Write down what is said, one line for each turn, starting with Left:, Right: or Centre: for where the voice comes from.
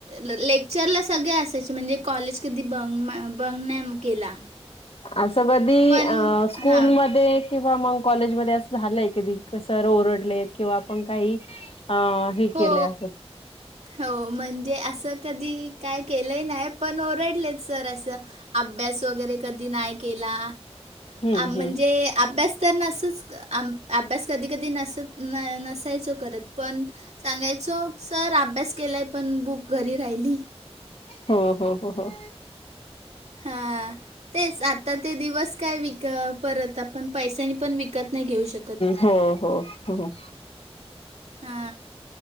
Right: ले लेक्चर ला सगळे असायचे. म्हणजे कॉलेज कधी बंग ना बंग नाय म केला.
Left: असं कधीअ
Right: पण
Left: स्कूल
Right: हां.
Left: म किंवा मंग कॉलेज मध्ये असं झालंय कधी सर ओरडले किंवा आपण काही अ हे
Right: हो.
Left: केले असं
Right: हो म्हणजे असं कधी काय केलंय नाय पण ओरडलेत सर असं अभ्यास वगैरे कधी नाय केला.
Left: हम्म
Right: म्हणजे
Left: हम्म
Right: अभ्यास तर नअसच आम अभ्यास कधी कधी नसत न नसायचो करत पण सांगायचो सर अभ्यास केलाय पण बुक घरी राहिली.
Left: हो हो हो हो.
Right: हा तेच आता ते दिवस काय विक परत आपण पैशांनी पण विकत नाय घेऊ शकत.
Left: हो हो. खरंच
Right: हा